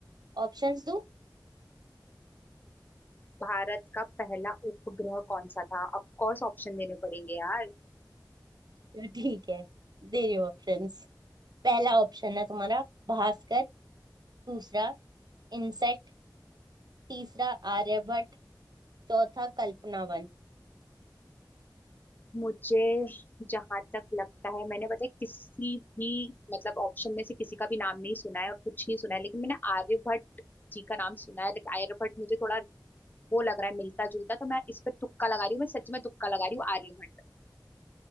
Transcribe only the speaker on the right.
ऑप्शंस दूं
तो ठीक है दे रही हूँ ऑप्शंस पहला ऑप्शन है तुम्हारा भास्कर दूसरा इनसेट तीसरा आर्यभट्ट चौथा कल्पनावन